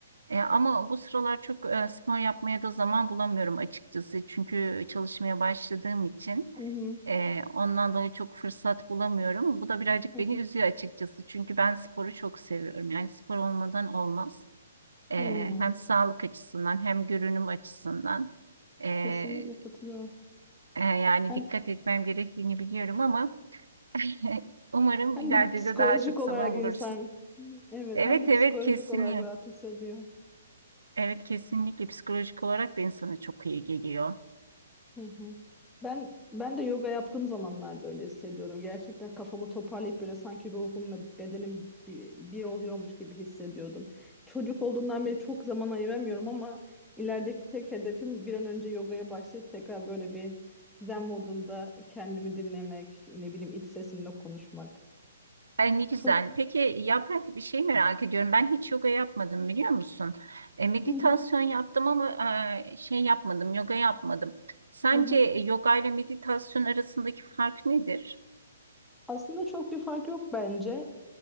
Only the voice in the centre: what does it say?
Hı hı,
hı
hı,
hı.
Kesinlikle katılıyorum.
Hem
hem
de psikolojik
olarak
insan evet
hem de psikolojik
olarak rahat hissediyor.
Hı hı. Ben ben de yoga yaptığım zamanlarda öyle hissediyordum. Gerçekten kafamı toparlayıp böyle sanki ruhumla bedenim bir, bir oluyormuş gibi hissediyordum. Çocuk olduğumdan beri çok zaman ayıramıyorum ama ilerideki tek hedefim bir an önce yogaya başlayıp tekrar böyle bir zen modunda kendimi dinlemek, ne bileyim iç sesimle konuşmak.
Çok
Hı hı,
hı hı.
Aslında çok bir fark yok bence